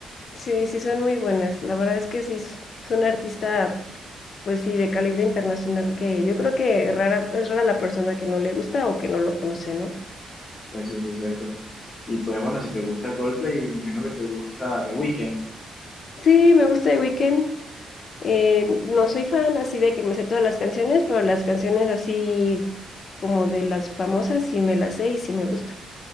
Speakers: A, on the left; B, on the left.
A: sí, sí son muy buenas. La verdad es que sí, es es una artista pues sí, de calibre internacional, que yo creo que rara, es rara la persona que no le gusta o que no lo conoce, ¿no?
B: Pues sí, sí, es cierto. Y pues bueno, si te gusta Coldplay, me imagino que te gusta The Weekend.
A: Sí, me gusta The Weeknd. Eh, no soy fan así de que me sé todas las canciones, pero las canciones así como de las famosas sí me las sé y sí me gustan.